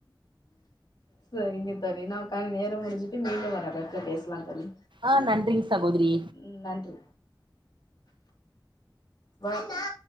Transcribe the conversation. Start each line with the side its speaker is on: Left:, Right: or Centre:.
Left: சரிங்க தோழி நாமகா நேரம் முடிஞ்சிட்டு மீண்டும் வரல பேசலாம் தோழி
Right: ஆ நன்றிங்க சகோதரி
Left: ம் நன்றி வா